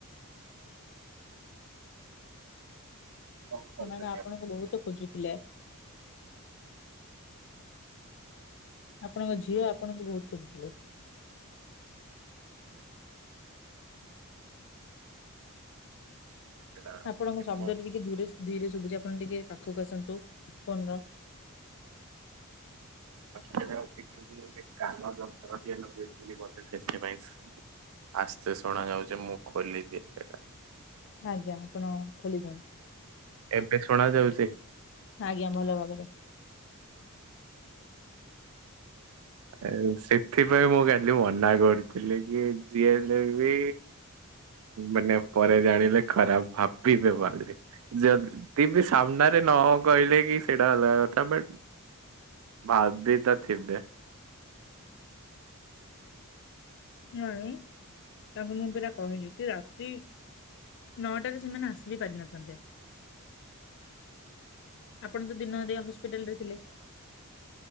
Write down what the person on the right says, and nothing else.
କଣ କରୁଛନ୍ତି
ଆପଣ?
ପାଖରେ ଅଛି ଟିକେ କାମ ଯନ୍ତ୍ର ଟିଏ ଲଗେଇଛି ବୋଧେ ସେଥିପାଇ ଆସ୍ତେ ଶୁଣାଯାଉଛି ମୁଁ ଖୋଲିିଦିଏ ସେଇଟା।
ଏବେ ଶୁଣା ଯାଉଛି
ଏନ୍ ସେଥି ସେଥିପାଇ ମୁଁ କାଲି ମନା କରୁଥିଲି କି ଯିଏ ହେଲେ ବି ମାନେ ପରେ ଜାଣିଲେ ଖରାପ ଭାବିବେ ବୋଲି ଯଦି ବି ସାମ୍ନାରେ ନ ହଁ କହିଲେ କି ସେଇଟା ଅଲଗା କଥା ବଟ୍ ଭାବ ବି ତ ଥିବେ।